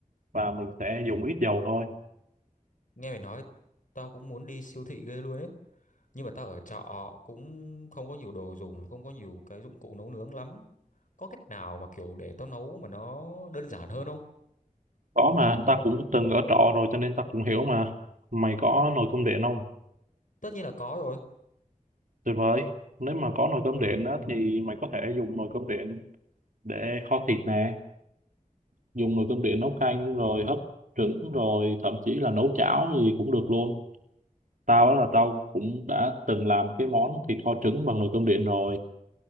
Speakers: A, on the right; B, on the left.
A: và mình sẽ
B: Ừm,
A: dùng ít dầu thôi
B: Nghe mày nói, tao cũng muốn đi siêu thị ghê luôn ấy. nhưng mà tao ở trọ cũng không có nhiều đồ dùng không có nhiều cái dụng cụ nấu nướng lắm có cách nào mà kiểu để tao nấu mà nó đơn giản hơn không
A: có mà ta cũng từng ở trọ rồi cho nên ta cũng hiểu mà mày có nồi cơm điện không
B: tất nhiên là có rồi
A: tuyệt vời nếu mà có nồi cơm điện á thì mày có thể dùng nồi cơm điện để kho thịt nè dùng nồi cơm điện nấu canh rồi hấp trứng rồi thậm chí là nấu cháo gì cũng được luôn tao đó là tao cũng đã từng làm cái món thịt kho trứng bằng nồi cơm điện rồi